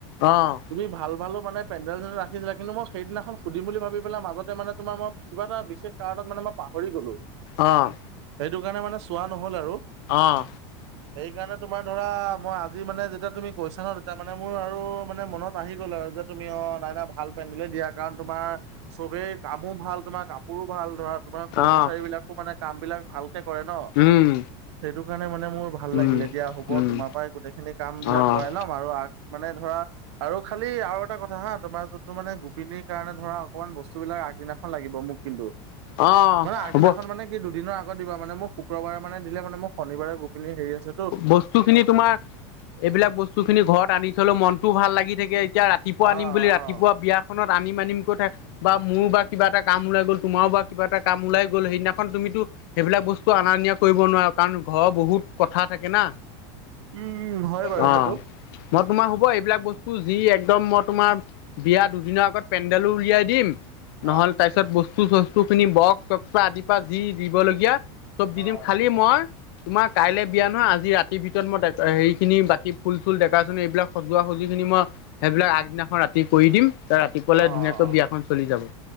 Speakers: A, on the left; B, on the right.
A: অ'
B: তুমি ভাল ভালো মানে পেডেল মই সেইদিনাখন সুধিম বুলি ভাবি পেলাই মাজতে মানে তোমাৰই কিবা এটা বিশেষ কাৰণত মানে মই পাহৰি গলো।
A: আহ।
B: সেইটো কাৰণে মানে চোৱা নহ'ল আৰু।
A: আহ।
B: সেইকাৰণে তোমাৰ ধৰা মই আজি মানে যেতিয়া তুমি কৈছা ন তেতিয়া মানে মোৰ আৰু মানে মনত আহি গ'ল আৰু। যে, তুমি অ নাই নাই ভাল পেন্ধিলে দিয়া কাৰণ তোমাৰ চবেই কামো ভাল তোমাৰ কাপোৰো ভাল। ধৰা তোমাৰ কৰ্মচাৰী
A: অ'
B: বিলাকো মানে কাম বিলাক ভাল কৰে ন।
A: উম
B: সেইটো কাৰণে মানে মোৰ ভাল
A: উম
B: লাগিলে। দিয়া হ'ব,
A: উম
B: তোমাৰ পৰা গোটেইখিনি কাম বিলাক
A: অ'
B: কৰাই লম। আৰু আগ মানে ধৰা আৰু খালি আৰু এটা কথা হা তোমাৰ যোনটো মানে গোপিনীৰ কাৰণে ধৰা অকমান বস্তু বিলাক আগ দিনাখন লাগিব মোক কিন্তু।
A: অ'
B: মানে আগদিনাখন
A: হ'ব
B: মানে কি দুদিনৰ আগত দিব মানে মোক শুক্ৰবাৰে মানে দিলে মানে ম শনিবাৰে গোপিনি হেৰি আছে।
A: বস্তু খিনি তোমাৰ এইবিলাক বস্তু খিনি ঘৰত আনি থলেও মন তো ভাল লাগি থাকে। এতিয়া ৰাতিপুৱা
B: অ', অ'।
A: আনিম বুলি ৰাতিপুৱা বিয়াখনত আনিম আনিম কৈ থাক বা মোৰো বা কিবা এটা কাম ওলাই গ'ল তোমাৰো বা কিবা এটা কাম ওলাই গ'ল সেইদিনাখন তুমিতো সেইবিলাক বস্তু অনা নিয়া কৰিব নোৱাৰা কাৰণ ঘৰৰ বহুত কথাত থাকে না।
B: উম, হয়
A: অ',
B: বাৰু সেইটো।
A: মই তোমাৰ হ'ব এইবিলাক বস্তু যি একদম মই তোমাৰ বিয়া দুদিনৰ আগত পেণ্ডেলো উলিয়াই দিম
B: অ',
A: নহ'লে তাৰপিছত বস্তু- চস্তু খিনি বক্স-চক্স আদিৰ পৰা যি দিবলগীয়া চব
B: অ',
A: দি দিম। খালি মই তোমাৰ কাইলে বিয়া নহয় আজি ৰাতিৰ ভিতৰত মইকা হেৰি খিনি বাতি ফুল-চুল দেকাচোন এইবিলাক সজোৱা সজোৱা মই সেইবিলাক আগদিনাখন ৰাতি কৰি দিম ত ৰাতিপুৱালে
B: অ',
A: ধুনীয়াকৈ
B: অ'।
A: বিয়াখন চলি যাব।